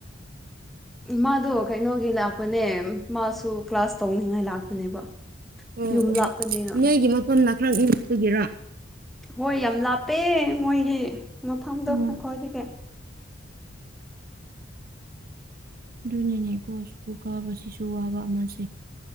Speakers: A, in the centre; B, on the right (about 50°).
A: ꯃꯥꯗꯣ ꯀꯩꯅꯣꯒꯤ ꯂꯥꯛꯄꯅꯦ ꯃꯥꯁꯨ ꯀ꯭ꯂꯥꯁ ꯇꯧꯅꯤꯡꯉꯥꯏ ꯂꯥꯛꯄꯅꯦꯕ
B: ꯑꯣ
A: ꯌꯨꯝ
B: ꯑꯣ
A: ꯂꯥꯞꯄꯅꯤꯅ
B: ꯅꯣꯏꯒꯤ ꯃꯐꯝꯅ ꯈꯔ ꯏꯡꯕꯒꯤꯔꯥ
A: ꯍꯣꯏ ꯌꯥꯝ ꯂꯥꯞꯄꯦ ꯃꯣꯏꯒꯤ ꯃꯐꯝꯗꯣ
B: ꯑꯣ
A: ꯑꯩꯈꯣꯏꯗꯒꯤ
B: ꯑꯗꯨꯅꯤꯅꯦꯀꯣ ꯁꯨꯄꯨ ꯀꯥꯕꯁꯤꯁꯨ ꯋꯥꯕ ꯑꯃꯁꯦ